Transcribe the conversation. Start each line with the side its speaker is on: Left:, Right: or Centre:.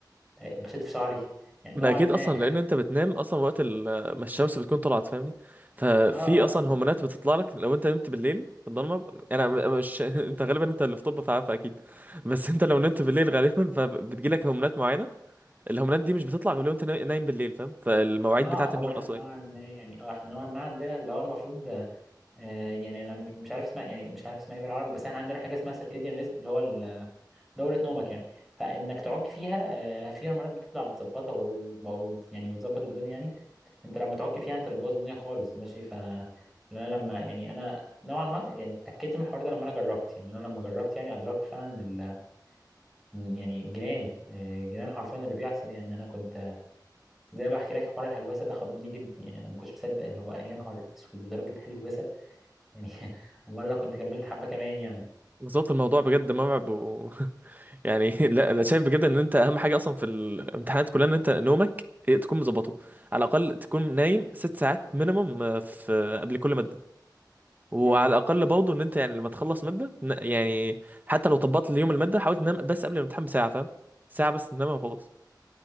Centre: آه، بشد في شعري يعني
Right: ما
Centre: نوعا
Right: اكيد
Centre: ما
Right: اصلا
Centre: اه
Right: لان انت بتنام اصلا وقت ال- ما الشمس بتكون طلعت فاهمني ففي
Centre: اه
Right: اصلا
Centre: اه
Right: هرمونات بتطلع لك لو انت نمت بالليل في الضلمه يعني
Centre: مم.
Right: انا م- مش <laughs> انت غالبا انت اللي في طب فعارف اكيد بس انت لو نمت بالليل غالبا فبتجي لك هرمونات معينه الهرمونات دي مش بتطلع غير لو انت نا- نايم بالليل فاهم فالمواعيد
Centre: اه
Right: بتاعت
Centre: هو
Right: النوم
Centre: احنا
Right: الاصليه
Centre: نوعا ما يعني اه احنا نوعا ما عندنا اللي هو المفروض آه يعني انا مش عارف اسمها يعني مش عارف اسمها ايه بالعربي بس احنا عندنا حاجه اسمها سيركيديان ريزم اللي هو ال- دوره نومك يعني فانك تعك فيها آه في هرمونات بتطلع بتظبطها و- و- يعني وتظبط الدنيا يعني انت لما تعك فيها انت بتبوظ الدنيا خالص ماشي ف انا لما يعني انا نوعا ما يعني اتاكدت من الحوار ده لما انا جربت يعني انا لما جربت يعني ادركت فعلا م- يعني جيران آه، جيران حرفيا اللي بيحصل يعني انا كنت زي ما بحكي لك حوار الهلوسه ده خضني جدا يعني انا ما كنتش مصدق اللي هو يا نهار اسود لدرجه هلوسه يعني <laughs> امال لو كنت كملت حبه كمان يعني
Right: بالظبط الموضوع بجد مرعب <laughs> يعني <laughs> لا انا شايف بجد ان انت اهم حاجه اصلا في الامتحانات كلها ان انت نومك إيه، تكون مظبطه على الاقل تكون نايم ست ساعات مينيمم في آه، قبل كل ماده وعلى
Centre: امم
Right: الاقل برضه ان انت يعني لما تخلص ماده ن- يعني حتى لو طبقت اليوم الماده حاول تنام بس قبل الامتحان بساعه فاهم ساعه بس تنام وخلاص